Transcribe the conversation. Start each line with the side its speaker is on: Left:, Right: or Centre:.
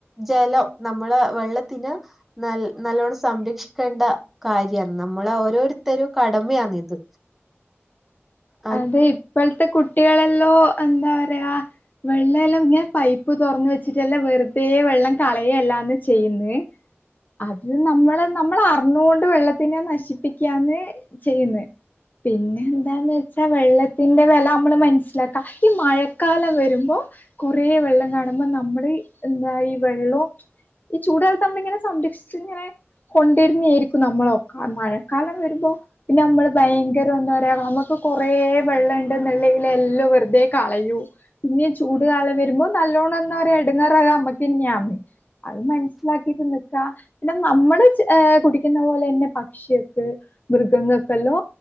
Centre: ജലം നമ്മള് വെള്ളത്തിന് ന നല്ലോണ്ണം സംരക്ഷിക്കേണ്ട കാര്യമാണ് നമ്മള് ഓരോരുത്തരും കടമയാണ് ഇത്. ആഹ്
Left: അതെ ഇപ്പോഴത്തെ കുട്ടികളെല്ലോ എന്താ പറയാ വെള്ളം എല്ലാം ഇങ്ങനെ പൈപ്പ് തുറന്ന് വെച്ചിട്ടല്ലാം വെറുതെയേ വെള്ളം കളയേ എല്ലാന്ന് ചെയ്യുന്നേ അത് നമ്മള് നമ്മൾ അറിഞ്ഞോണ്ട് വെള്ളത്തിനെ നശിപ്പിക്കാന്ന് ചെയ്യുന്നത്. പിന്നെ എന്താന്ന് പച്ച വെള്ളത്തിന്റെ വില നമ്മള് മനസ്സിലാക്കാം ഈ മഴക്കാലം വരുമ്പോ കുറെ വെള്ളം കാണുമ്പോൾ നമ്മള് എന്താ ഈ വെള്ളം ഈ ചൂടാലത്ത് നമ്മളിങ്ങനെ സംരക്ഷിച്ചു ഇങ്ങനെ കൊണ്ടിരുന്നേര്ക്കും നമ്മളക്ക മഴക്കാലം വരുമ്പോ പിന്നെ നമ്മള് ഭയങ്കരം എന്താ പറയാ നമ്മുക്ക് കൊറേ വെള്ളണ്ട് നള്ളൽ എല്ലാം വെറുതെ കളയൂ പിന്നെ ചൂട് കാലം വരുമ്പോ നല്ലോണ്ണം എന്ന എടുങ്ങാറ അത് നമ്മക്ക് ഇന്നെയന്ന് അത് മനസ്സിലാക്കിട്ട് നിക്ക പിന്നെ നമ്മള് ഏ കുടിക്കുന്ന പോലെ തന്നെ പക്ഷിയക്ക് മൃഗങ്ങൾക്കല്ലോ